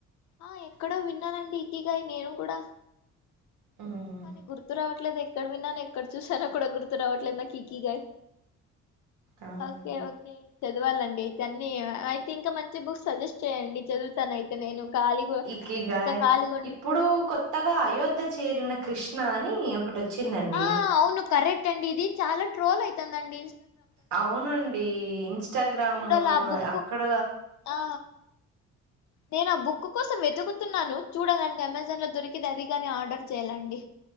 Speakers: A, on the left; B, on the right.
A: ఆ ఎక్కడో విన్నానండి ఇకిగై నేను కూడా
B: హ్మ్.
A: కానీ గుర్తు రావట్లేదు ఎక్కడ విన్నాను ఎక్కడ చూసాను కూడా గుర్తు రావట్లేదు నాకు ఇకిగై
B: అవునండి
A: ఓకే ఓకే చదవాలండి అయితే అన్నీ అయితే ఇంకా మంచి బుక్స్ సజెస్ట్ చేయండి చదువుతాను అయితే నేను ఖాళీగా
B: ఇకిగై
A: ఇంకా ఖాళీగా ఉం
B: ఇప్పుడు కొత్తగా అయోధ్య చేరిన కృష్ణ నా అని ఒకటి వచ్చిందండి
A: ఆ అవును కరెక్ట్ అండి ఇది చాలా ట్రోల్ అయితంది అండి
B: అవునండి ఇన్స్టాగ్రామ్
A: చూడాల ఆ బుక్
B: అక్కడ
A: ఆ నేను ఆ బుక్ కోసం వెతుకుతున్నాను చూడాలండి అమెజాన్లో దొరికితే అది కాని ఆర్డర్ చేయ్యాలండి